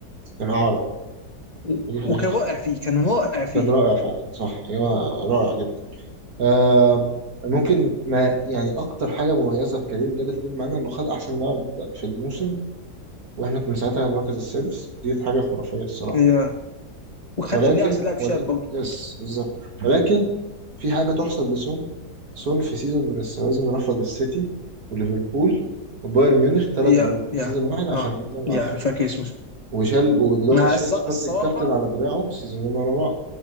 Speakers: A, on the right; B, on the left.
A: كان عارض
B: و-
A: نجي في الاخر
B: وكان
A: خالص
B: رائع فيه كان رائع فيه
A: كان رائع فعلا صح ايوه رائع جدا آم، ممكن ما يعني اكتر حاجه مميزه في كارير جاريث بيل معانا انه خد احسن لاعب في الموسم واحنا كنا ساعتها المركز السادس دي حاجه خرافيه الصراحه
B: يا وخد
A: ولكن
B: قبلها احسن لاعب
A: ولكن
B: شاب برضه
A: يس بالظبط ولكن في حاجه تحسب لسون سون في سيزون من السوازن رفض السيتي وليفربول وبايرن ميونخ ثلاث
B: يا
A: عروض في
B: يا
A: سيزون واحد عشان
B: اه
A: يفضل مع
B: يا فاكر اسمه
A: وشال ودلوقتي
B: مع
A: شال
B: الص-
A: شارة
B: الصراحه
A: الكابتن على دراعه سيزونين ورا بعض